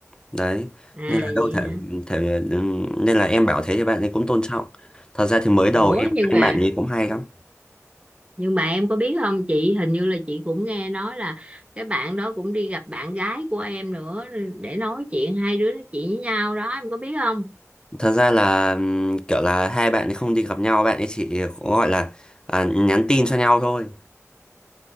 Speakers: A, on the left; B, on the right.
A: đấy
B: à
A: nên là đâu
B: vậy
A: thể,
B: hả
A: thể nên là em bảo thế thì bạn ấy cũng tôn trọng thật ra thì mới đầu
B: ủa
A: em
B: nhưng
A: quen
B: mà
A: bạn ấy cũng hay lắm
B: nhưng mà em có biết không chị hình như là chị cũng nghe nói là cái bạn đó cũng đi gặp bạn gái của em nữa để nói chuyện hai đứa nói chuyện với nhau đó em có biết không
A: thật ra là ừm, kiểu là hai bạn ấy không đi gặp nhau bạn ấy chỉ có gọi là à, nhắn tin cho nhau thôi